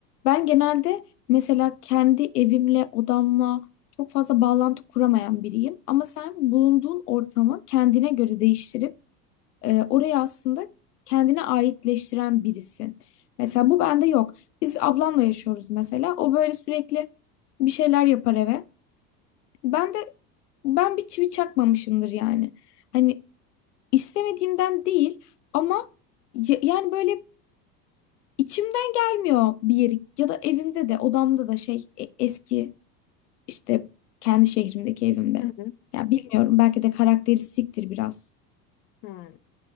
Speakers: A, on the left (about 70°); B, on the left (about 25°).
A: Ben genelde mesela kendi evimle, odamla çok fazla bağlantı kuramayan biriyim. Ama sen bulunduğun ortamı kendine göre değiştirip e, oraya aslında kendine aitleştiren birisin. Mesela bu bende yok. Biz ablamla yaşıyoruz mesela. O böyle sürekli bir şeyler yapar eve. Ben de ben bir çivi çakmamışımdır yani. Hani istemediğimden değil ama ya- yani böyle içimden gelmiyor bir yeri ya da evimde de odamda da şey e- eski işte kendi şehrimdeki evimde.
B: Hı hı.
A: Ya bilmiyorum belki de karakteristiktir biraz.
B: Hı.